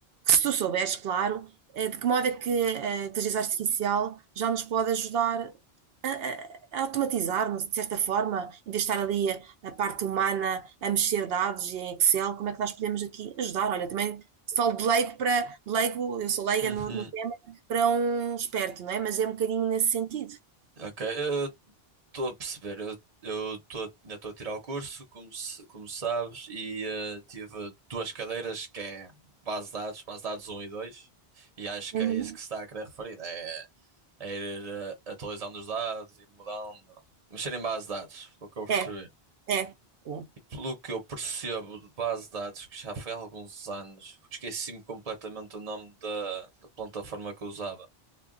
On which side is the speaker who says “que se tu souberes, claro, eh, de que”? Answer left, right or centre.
Right